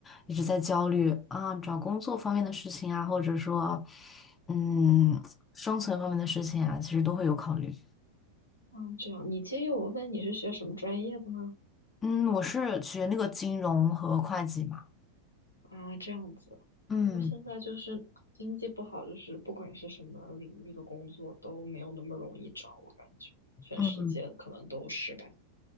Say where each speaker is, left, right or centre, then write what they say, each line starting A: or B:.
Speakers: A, on the left (about 20°); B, on the left (about 80°).
A: 一直在焦虑啊，找工作方面的事情啊，或者说，嗯，生存方面的事情啊，其实都会有考虑。
B: 嗯，这样。你介意我问你是学什么专业的吗？
A: 嗯，我是学那个金融和会计嘛，
B: 啊，这样子。
A: 嗯
B: 不过现在就是经济不好，就是不管是什么领域的工作都没有那么容易找，我感觉全世界可能都是吧。
A: 嗯，